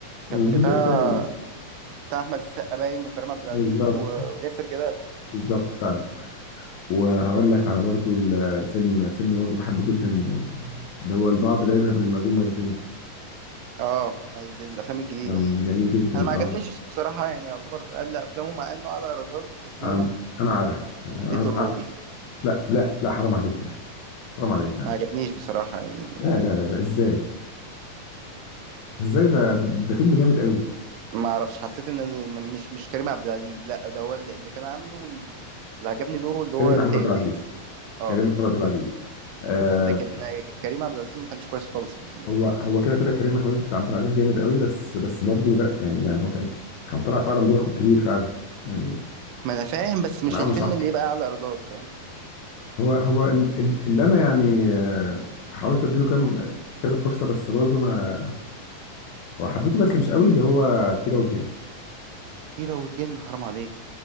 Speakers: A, on the left; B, on the right.
A: والجزء
B: كان بتاع
A: الثاني
B: بتاع احمد السقا باين وكريم عبد العزيز
A: بالظبط
B: و- وياسر جلال
A: بالظبط فعلا وهقول لك على برضو ال- الفيلم فيلم برضو بحبه جدا اللي هو البعض لا يذهب للمأذون مرتين
B: اه ما هي دي الافلام الجديده
A: كان جميل جدا
B: انا ما
A: اه
B: عجبنيش بصراحه يعني يعتبر اقل افلامه مع انه اعلى ايرادات في السينما
A: أم- انا عارف أنا
B: بيت الروبي
A: لا لا لا حرام عليك يا اخي حرام عليك يا عم
B: ما عجبنيش بصراحه يعني
A: لا لا لا لا ازاي ازاي ده ده فيلم جامد قوي
B: ما اعرفش حسيت ان م- مش مش كريم عبد العزيز لا ده هو اللي اللي كان عامله اللي عجبني دوره اللي هو
A: كريم
B: التاني
A: محمود عبد العزيز
B: اه
A: كريم محمود عبد العزيز آه،
B: لكن كريم عبد العزيز ما كانش كويس خالص في الفيلم ده
A: هو هو كده كده كريم محمود عبد العزيز جامد قوي بس بس برضه لا يعني يعني هو كان كان طلع فعلا دور اخوه الكبير فعلا يعني
B: ما انا فاهم بس مش
A: كان عامله
B: الفيلم
A: صح
B: اللي يبقى اعلى ايرادات فاهم
A: هو هو ال- ال- اللي انا يعني آه، حاولت اديله كام كذا فرصه بس برضه ما وحبيته بس مش قوي اللي هو كيرة والجن
B: كيرة والجن حرام عليك